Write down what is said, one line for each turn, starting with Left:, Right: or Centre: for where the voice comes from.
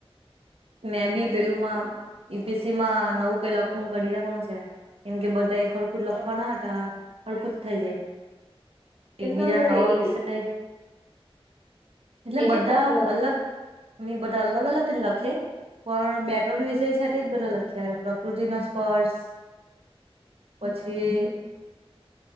Right: મેં બી પેલુંમાં પીએસસી માં નવું કઈ લખવું કરિયા કોણ છે. એમ કે બધા એ ખડકું જ લખવાના હતા ખડકું જ થઇ જાય.
Left: કેમ
Right: એક બીજા
Left: તમે બધા
Right: નવા
Left: એક
Right: વિષય.
Left: જ
Right: એટલે
Left: એક
Right: બધા
Left: જ સરખું લખે
Right: અલગ
Left: બધા
Right: મી બધા અલગ અલગ જ લખે પણ બેટ્રની વિષય સાથે બધા લખે પ્રકૃતિ ન સ્પર્શ પછી.